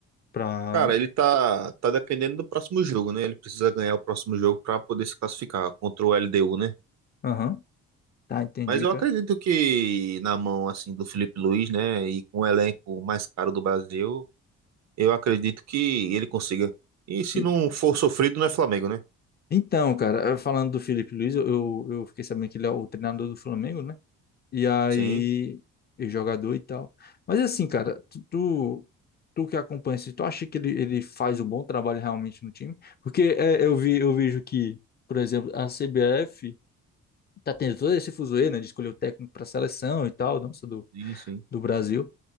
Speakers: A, on the left; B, on the right.
A: para
B: Cara, ele tá, tá dependendo do próximo jogo, né? Ele precisa ganhar o próximo jogo pra poder se classificar contra o LDU, né?
A: aham, tá, entendi,
B: Mas eu
A: cara.
B: acredito que na mão, assim, do Felipe Luiz, né? E com o elenco mais caro do Brasil. Eu acredito que ele consiga. E se
A: E-
B: não for sofrido, não é Flamengo, né?
A: então, cara, eh, falando do Felipe Luiz, eu, eu eu fiquei sabendo que ele é o treinador do Flamengo, né? E aí,
B: Sim,
A: e jogador e tal. Mas assim, cara, tu, tu Tu que acompanha isso, tu acha que ele, ele faz um bom trabalho realmente no time? Porque eh, eu vi, eu vejo que, por exemplo, a CBF, tá tendo todo esse fuzuê, né, de escolher o técnico para seleção e tal, nossa, do,
B: sim, sim.
A: do Brasil.